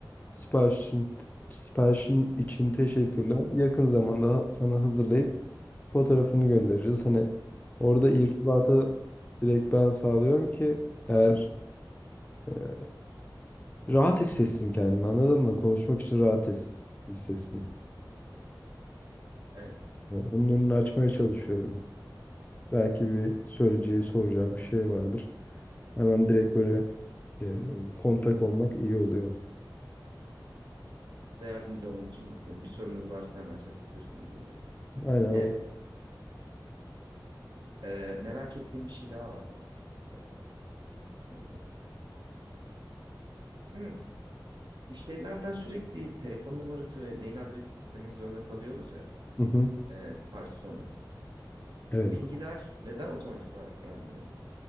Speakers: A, on the left; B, on the right.
A: Siparişin, siparişin için teşekkürler. Yakın zamanda sana hazırlayıp fotoğrafını göndereceğiz. Hani orada irtibatı direkt ben sağlıyorum ki eğer e, rahat hissetsin kendini anladın mı? Konuşmak için rahat his- hissetsin.
B: Evet,
A: Yani Onun önünü açmaya çalışıyorum. Belki bir söyleyeceği, soracağı bir şey vardır. Hemen direkt böyle e, kontak olmak iyi oluyor.
B: size yardımcı olmak için mutluyum. Bir sorunuz varsa hemen şey yapabilirsiniz gibi.
A: Aynen
B: Bir de
A: o.
B: e, merak ettiğim bir şey daha vardı. Bir dakika. Hmm. Hı, Müşterilerden sürekli telefon numarası ve mail adresi istemek zorunda kalıyoruz ya.
A: Hı hı.
B: e, sipariş sonrası.
A: Evet.
B: Bu bilgiler neden otomatik olarak gelmiyor?